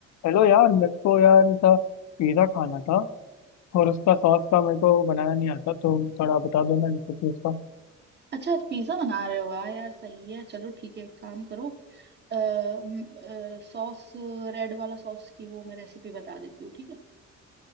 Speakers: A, on the left; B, on the right.
A: Hello यार मेरे को यार था पिज़्ज़ा खाना था और उसका सॉस का मेरे को बनाना नहीं आता तो थोड़ा बता दो ना रेसिपी उसका
B: अच्छा आज पिज्जा बना रहे हो वाह यार सही है चलो ठीक है एक काम करो अः सॉस रेड वाला सॉस की वो मैं रेसिपी बता देती हूँ ठीक है